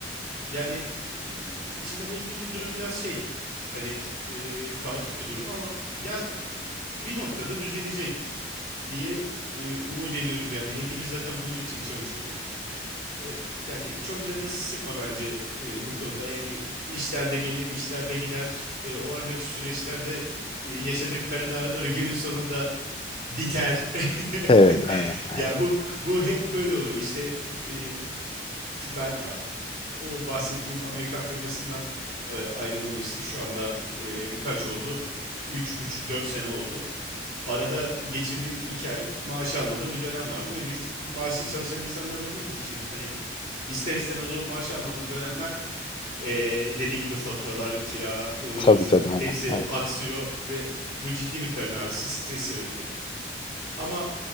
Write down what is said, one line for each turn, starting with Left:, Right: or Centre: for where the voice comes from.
Right: Yani e, içinde bulunduğumuz durum biraz şey hani e, kaotik bir durum ama ya d- bir noktada düzelecek diye e, umut ediyoruz yani. Hepimiz zaten bunun için çalışıyoruz. E, yani çok canını sıkma bence e, bu konuda. Yani işlerde gelir, işlerde gider. E, o aradaki süreçlerde e, yaşadığın karın ağrıları günün sonunda biter. <laughs>
Left: Evet, aynen, aynen.
Right: Ya bu bu hep böyle oluyor. İşte e, ben o bahsettiğim Amerikan firmasından e, ayrılalı işte şu anda e, kaç oldu? Üç buçuk dört sene oldu. Arada geçirdiğim 2 ay maaş almadığım bir dönem vardı ve biz maaşlı çalışan insanlar olduğumuz için hani ister istemez o maaş almadığın dönemler e, dediğin gibi faturalar, kira, ıvır
Left: Tabii
Right: zıvır
Left: tabii, aynen.
Right: hepsi
Left: Evet.
Right: aksıyor ve bu ciddi bir karın ağrısı, stres yaratıyor. Ama